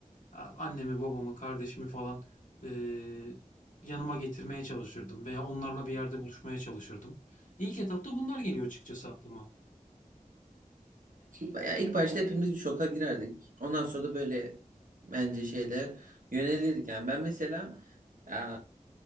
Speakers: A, on the left; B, on the right.
A: a- annemi, babamı, kardeşimi falan eee, yanıma getirmeye çalışırdım veya onlarla bir yerde buluşmaya çalışırdım. İlk etapta bunlar geliyor açıkçası aklıma.
B: Bayağı ilk başta hepimiz bir şoka girerdik. Ondan sonra da böyle bence şeyler yönelirdik. Yani ben mesela eee,